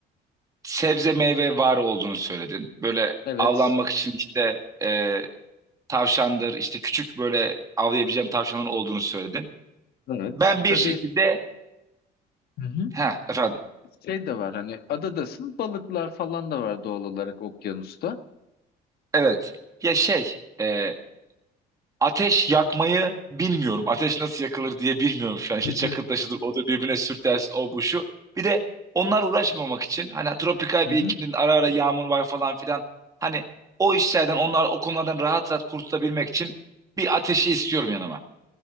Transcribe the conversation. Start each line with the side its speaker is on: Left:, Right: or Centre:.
Right: sebze meyve var olduğunu söyledin. Böyle
Left: Evet.
Right: avlanmak için işte e, tavşandır işte küçük böyle avlayabileceğim tavşanların olduğunu söyledin.
Left: Evet.
Right: Ben bir
Left: Tabii.
Right: şekilde
Left: Hı hı.
Right: he efendim
Left: şey de var hani adadasın balıklar falan da var doğal olarak okyanusta.
Right: Evet. Ya şey, e, ateş yakmayı bilmiyorum. Ateş nasıl yakılır diye bilmiyorum şu an. İşte
Left: <laughs>
Right: çakıl taşıdır, odur birbirine sürtersin, o bu şu. Bir de onlar uğraşmamak için hani tropikal
Left: Hı
Right: bir
Left: hı.
Right: iklimde ara ara yağmur var falan filan. Hani o işlerden onlar o konulardan rahat rahat kurtulabilmek için bir ateşi istiyorum yanıma.